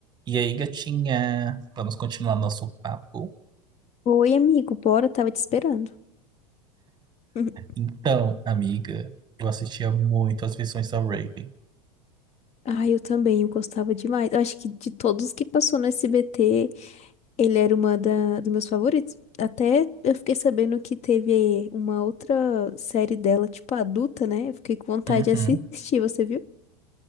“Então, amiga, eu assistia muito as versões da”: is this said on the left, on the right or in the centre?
Right